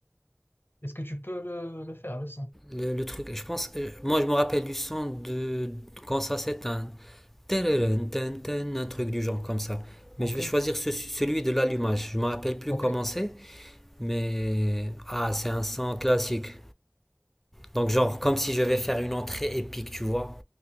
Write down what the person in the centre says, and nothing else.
Le, le truc, je pense, euh, moi je me rappelle du son de quand ça s'éteint, Tadadun, tan, tan, un truc du genre comme ça.
Mais je vais choisir ce- celui de l'allumage. Je me rappelle plus
comment c'est, mais ah, c'est un son classique. Donc, genre,
comme si je vais faire une entrée épique, tu vois.